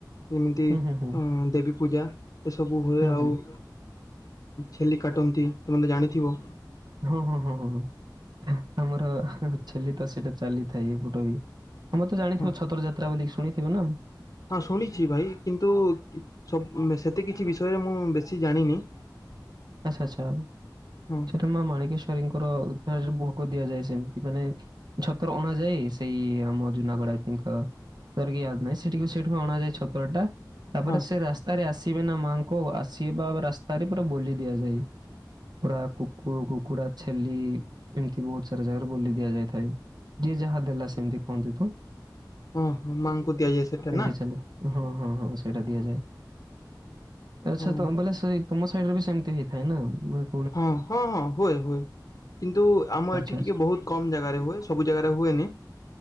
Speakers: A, on the left; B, on the right.
A: ଯେମିତି
B: ହୁଁ
A: ଅ
B: ହୁଁ ହୁଁ
A: ଦେବୀ ପୂଜା। ଏସବୁ ହୁଏ
B: ହୁଁ
A: ଆଉ
B: ହୁଁ
A: ଛେଲି କାଟନ୍ତି ତମେ ତେ ଜାଣିଥିବ।
B: ହଁ ହଁ ହଁ ହଁ ଆମର ଛେଲି ତ ସେଇଟା ଚାଲିଥାଏ ଏପଟ ବି। ଆମେ ତ ଜାଣିଥିବ
A: ହଁ
B: ଛତର ଯାତ୍ରା ବ ଶୁଣିଥିବ ନା?
A: ହଁ ଶୁଣିଚି ଭାଇ କିନ୍ତୁ ସବ ସେତେ କିଛି ବିଷୟରେ ମୁଁ ବେଶୀ ଜାଣିନି।
B: <inaudible> ଆଚ୍ଛା ଆଚ୍ଛା
A: ହଁ
B: ସେଟା ମା ମାଣିକେଶ୍ଵରୀଙ୍କର ଫାଷ୍ଟ ଭୋଗ ଦିଆଯାଏ ସେମିତି ମାନେ ଛତର ଅଣା ଯାଏ ସେଇ ଆମ ଜୁନାଗଡ <unintelligible> ସେଠିକୁ ସେଇଠୁ ଅଣାଯାଏ ଛତ୍ର ଟା ତାପରେ
A: ହଁ
B: ସେ ରାସ୍ତା ଆରେ ଆସିବେ ନା ମାଆଙ୍କୁ ଆସ ବା ରାସ୍ତାରେ ପୁର ବୋଲି ଦିଆଯାଏ। ପୁରା କୁକୁ କୁକୁଡା ଛେଲି ଏମିତି ବହୁତ ସାରା ଜାଗାରେ ବୋଲି ଦିଆଯାଇଥାଏ ଯିଏ ଯାହା ଦେଲା ସେମିତି କୁହନ୍ତି ତ।
A: ଓହୋ ମାଆଙ୍କୁ ଦିଆଯାଏ ସେଟା
B: ସେମିତି
A: ନା?
B: ଚାଲେ ହଁ ହଁ ହଁ ସେଇଟା ଦିଆଯାଏ ଆଛା
A: ହଁ
B: ତମ ଵଲେ ସେଇ ତୁମ ସାଇଡ ରେ ବି ସେମି ତି ହେଇଥାଏ ନା ବ
A: ହଁ ହଁ ହଁ ହୁଏ ହୁଏ। କିନ୍ତୁ ଆମ
B: ଆଚ୍ଛା
A: ଏଠି
B: ଆଚ୍ଛା
A: ଟିକେ ବହୁତ କମ ଜାଗାରେ ହୁଏ ସବୁ ଜାଗାରେ ହୁଏନି।